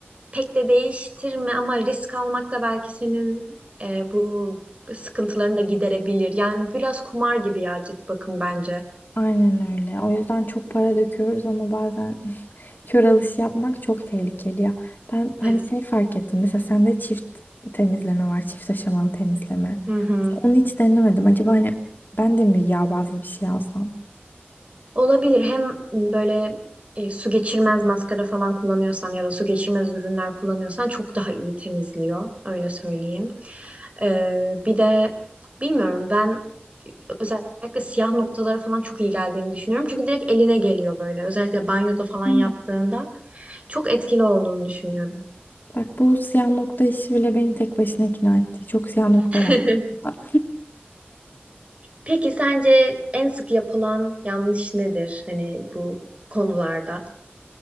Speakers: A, on the right; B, on the left.
A: pek de değiştirme ama risk almak da belki senin e, bu sıkıntılarını da giderebilir. Yani biraz kumar gibi ya cilt bakım bence.
B: Aynen öyle. O yüzden çok para döküyoruz ama bazen <laughs> Kör alış yapmak çok tehlikeli ya. Ben hani
A: Evet.
B: şey fark ettim. Mesela sende çift temizleme var. Çift aşamalı temizleme.
A: Hı hı.
B: Onu hiç denemedim. Acaba hani ben de mi yağ bazlı bir şey alsam?
A: Olabilir. Hem böyle e, su geçirmez maskara falan kullanıyorsan ya da su geçirmez ürünler kullanıyorsan çok daha iyi temizliyor. Öyle söyleyeyim. Ee, bir de bilmiyorum ben özellikle siyah noktalara falan çok iyi geldiğini düşünüyorum. Çünkü direkt eline geliyor böyle. Özellikle banyoda falan
B: Ya.
A: yaptığında çok etkili olduğunu düşünüyorum.
B: Bak bu siyah nokta işi bile beni tek başına ikna etti. Çok siyah nokta
A: <laughs>
B: var. <laughs>
A: Peki sence en sık yapılan yanlış nedir? Hani bu konularda.